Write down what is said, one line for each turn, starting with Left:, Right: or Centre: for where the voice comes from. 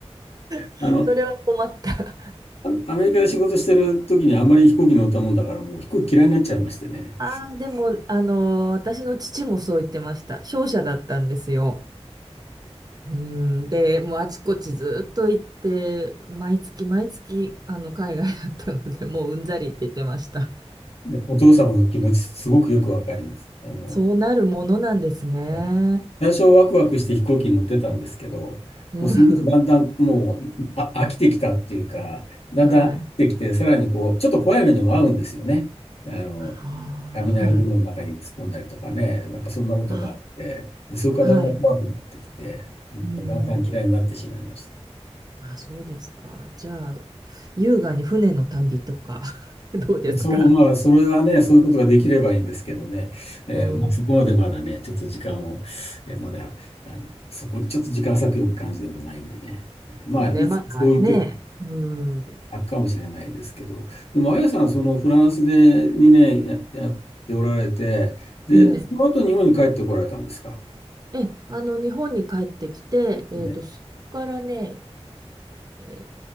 Right: <laughs>
Left: あの、
Right: それは困った。
Left: あアメリカで仕事してる時にあんまり飛行機乗ったもんだから、もう飛行機嫌いになっちゃいましてね。
Right: ああ、でも、あの私の父もそう言ってました。商社だったんですよ。うん。で、もうあちこちずっと行って、毎月毎月、あの、海外だったので、もううんざりって言ってました。
Left: お父様の気持ち、すごくよくわかります。あの、
Right: そうなるものなんですね。
Left: えー最初ワクワクして飛行機に乗ってたんですけど、もうそのうちだんだんもうあ飽きてきたっていうか、
Right: うん。
Left: だんだん飽きてきて、
Right: <laughs> はい。
Left: さらにこう、ちょっと怖い目にも遭うんですよね。あの、
Right: ああ、
Left: 雷雲の中に突っ込んだりとかね、
Right: はい。
Left: なんかそんなことがあって、
Right: あ、
Left: で、それからだんだん怖くなってきて、
Right: はい。うん。
Left: だんだん嫌いになってしまいました。
Right: あ、そうですか。じゃあ、優雅に船の旅とか <laughs> どうですか
Left: そう、まあ、それはね、そういうことができればいいんですけどね、えーまあ、
Right: うん、
Left: そこまでまだね、
Right: で
Left: ちょっと時間を、えーまだ、あの、そこにちょっと時間割くような感じでもないんでね、えーまあ、
Right: すよね。
Left: いつかそういう時
Right: まあね。うん。
Left: あるかもしれないですけど、でも、あやさん、そのフランスで2年や、やっておられて、で、
Right: ええ、
Left: その後日本に帰ってこられたんですか。
Right: ええ、あの、日本に帰ってきて、えっと、
Left: ね、
Right: そこからね、えー、